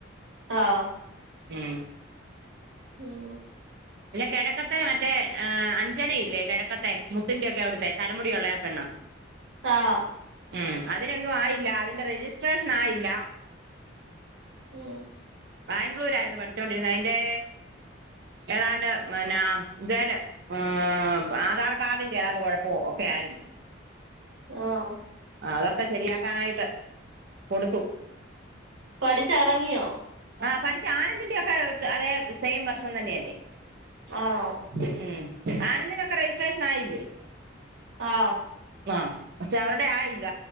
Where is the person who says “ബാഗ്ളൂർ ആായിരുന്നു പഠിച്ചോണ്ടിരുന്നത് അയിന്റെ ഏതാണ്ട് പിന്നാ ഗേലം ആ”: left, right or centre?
Right